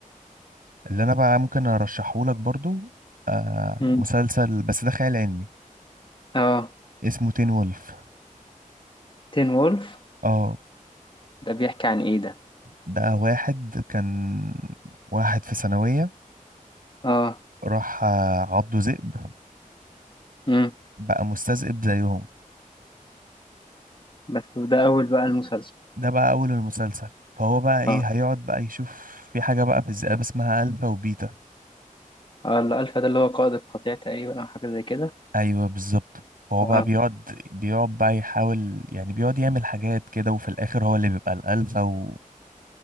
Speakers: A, on the right (about 90°); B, on the left (about 35°).
A: اللي انا بقى ممكن ارشحه لك برضو آه
B: م.
A: مسلسل بس ده خيال علمي
B: اه
A: اسمه تين وولف
B: تين وولف
A: اه
B: ده بيحكي عن ايه ده
A: ده واحد كان واحد في ثانوية
B: اه
A: راح آه، عضه ذئب
B: م.
A: بقى مستذئب زيهم
B: بس ده أول بقى المسلسل
A: ده بقى اول المسلسل فهو بقى ايه
B: اه
A: هيقعد بقى يشوف في حاجة بقى في الذئاب اسمها الفا وبيتا
B: آه، الألفا ده اللي هو قائد القطيع تقريبا أو حاجة زي كده
A: ايوه بالظبط فهو
B: آه
A: بقى بيقعد بيقعد بقى يحاول يعني بيقعد يعمل حاجات كده وفي الاخر هو اللي بيبقى الالفا و...